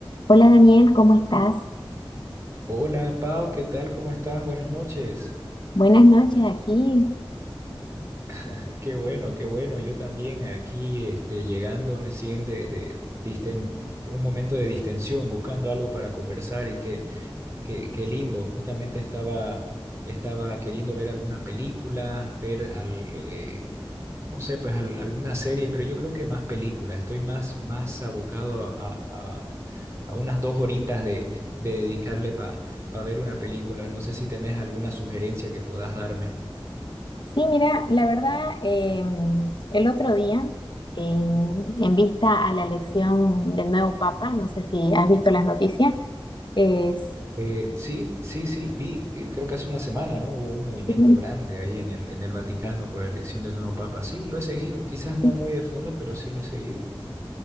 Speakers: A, on the left; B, on the right.
A: Hola Daniel, ¿cómo estás?
B: Hola Pau, ¿qué tal? ¿Cómo estás? Buenas noches.
A: Buenas noches aquí.
B: <laughs> Qué bueno, qué bueno. Yo también aquí este, llegando recién de, de disten- un momento de distensión, buscando algo para conversar y qué, qué, qué lindo. Justamente estaba, estaba queriendo ver alguna película, ver al, eh, no sé, pues al- alguna serie, pero yo creo que más película. Estoy más, más abocado a, a- a- a unas dos horitas de, de dedicarle para pa ver una película. No sé si tenés alguna sugerencia que puedas darme.
A: Sí, mira, la verdad, em, el otro día, em, en vista a la elección del nuevo Papa, no sé si has visto las noticias, es,
B: Eh, sí, sí, sí, vi, vi, creo que hace una semana, ¿no? Hubo un movimiento
A: sí,
B: grande ahí en el, en el Vaticano por la elección del nuevo Papa. Sí, lo he seguido, quizás no
A: sí.
B: muy de fondo, pero sí lo he seguido.